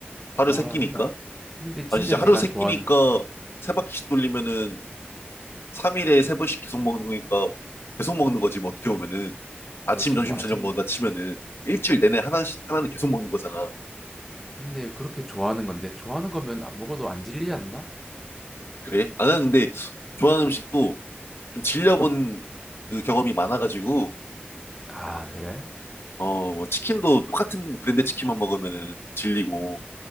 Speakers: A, on the left (about 75°); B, in the centre.
A: 하루
B: 아,
A: 세 끼니까?
B: 나 근데 진짜
A: 아니, 이제 하루
B: 내가
A: 세
B: 좋아하는
A: 끼니까 세 바퀴씩 돌리면은 3일에 세 번씩 계속 먹는 거니까, 계속 먹는 거지, 뭐 어떻게 보면은.
B: 그렇지
A: 아침, 점심,
B: 뭐 아침
A: 저녁 먹는다 치면은 일주일 내내 하나씩, 하나는 계속 먹는 거잖아.
B: 근데 그렇게 좋아하는 건데 좋아하는 거면 안- 먹어도 안 질리지 않나?
A: 그래? 아, 나는 는데 좋아하는 음식도 좀 질려본 그 경험이 많아가지고,
B: 아 그래?
A: 어, 뭐 치킨도 똑같은 브랜드 치킨만 먹으면은 질리고,